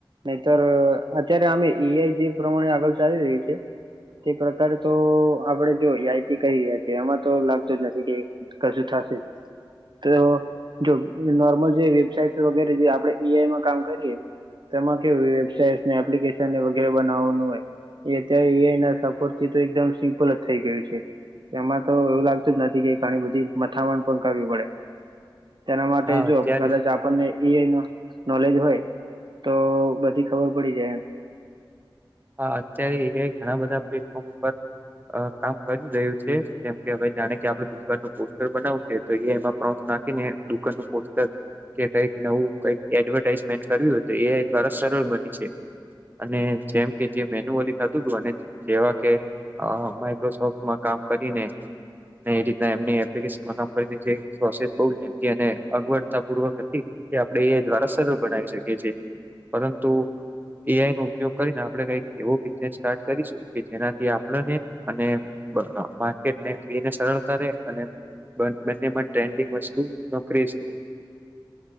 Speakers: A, on the right (about 60°); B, on the right (about 20°).
A: નહીતર અત્યારે અમે એ આઈ જે પ્રમાણે આગળ ચાલી રહ્યું છે. તે પ્રકાર તો આપડે જો એ આઈથી કરીએ તેમાં તો લાગતું જ નથી કે કશુ થશે તો જો નોર્મલ જે વેબસાઇટ વગેરે જે આપડે એ આઈમાં કામ કરીએ તેમાં કે વેબસાાઈટને એપ્લિકેશન વગેરે બનાવવાનું હોય એ અત્યારે એ આઈ એના સપોર્ટ થી તો એકદમ સિમ્પલ જ થઇ ગયું છે. એમાં તો એવું લાગતું જ નથી કે ઘણી બધી મથામણ પણ કરવી પડે તેના માટે
B: હા
A: જો
B: અત્યારે
A: કદાચ આ આપણને એ આઈ ન નોલેજ હોય તો બધી ખબર પડી જાય
B: હા અત્યારે એ ઘણા બધા પ્લેટફોર્મ ઉપર અ કામ કરી રહ્યું છે, જેમ કે હવે જાણે કે આપડ દુકાનનું પોસ્ટર બનાવું છે. તો એ એમાં પ્રોન્સ નાખીને દુકાનનુ પોસ્ટર કે કંઈક નવું કઈક એડવર્ટાઈઝમેન્ટ કરવી હોય તો એ આઈ દ્વારા સરળ બની છે. અને જેમ કે જે મેન્યુઅલી થતું હતું અને જેવા કે અ માઈક્રોસોફ્ટમાં કામ કરીને એ રીતના એમની એપ્લિકેશનમાં કામ કરીને જે પ્રોસેસ બો તેને અગવડતા પૂર્વક હતી કે આપણે એ દ્વારા સરળ બનાવી શકીએ છીએ. પરંતુ એ આઈ નો ઉપયોગ કરીને આપડે કઈક એવો બિઝને સ્ટાર્ટ કરીશું કે જેનાથી આપણને અને બ માર્કેટને બે ને સરળતા રહેે અને બં બને માં ટ્રેન્ડિંગ વસ્તુ નોકરી જ રહે